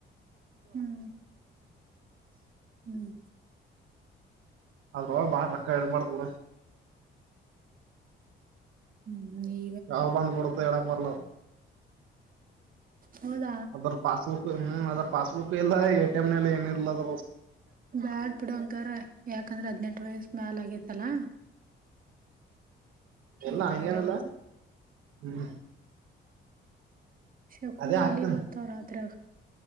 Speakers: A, on the right (about 45°); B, on the right (about 85°).
A: ಹ್ಮ್ ಹ್ಮ್.
B: ಅದ್ರ ಬಾಳ ರೊಕ್ಕ ಇದು ಮಾಡುತ್ತೆಬಿಡು.
A: ಹ್ಮ್ ಈ
B: ಯಾವಾಗ ಬಂದುಬಿಡುತೆ ಹೇಳೋಕೆ ಬರಲ್ಲ.
A: ಹೌದ.
B: ಅದ್ರ ಪಾಸ್ಬುಕ್ ಹ್ಮ್ ಅದ್ರ ಪಾಸ್ಬುಕ್ ಇಲ್ಲ ಎ ಟಿ ಎಂ ನಲ್ಲಿ ಏನಿಲ್ಲ ಅದ
A: ಬ್ಯಾಡ್ ಬಿಡಂಗರ ಯಾಕಂದ್ರೆ ಹದ್ನೆಂಟು ವಯಸ್ಸ ಮ್ಯಾಲ ಆಗೇತಲ್ಲಾ.
B: ಎಲ್ಲ
A: ಈಗ
B: ಹಂಗೇನಿಲ್ಲ
A: ನಡೆಯಲ್ಲದು
B: ಹ್ಮ್
A: ಶಕು
B: ಅದೇ ಹಾಕ್ತೀನಿ
A: ಇಲಿ ಬರ್ತಾವ್ ರಾತ್ರಿಯಾಗ.